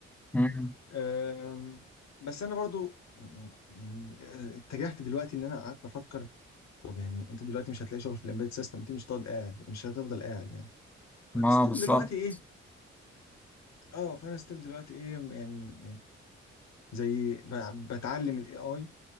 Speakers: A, in the centre; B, on the left.
A: مم.
B: أم، بس انا برضو يعني يعني، أه، اتجهت دلوقتي ان انا قعدت افكر طب يعني انت دلوقتي مش هتلاقي شغل في الامبيد سيستم انت مش هتقعد قاعد يعني مش هتفضل قاعد يعني فستيل
A: ما بالظبط
B: دلوقتي ايه اه فانا ستيل دلوقتي ايه يعني يعني زي ب- بتعلم الاي اي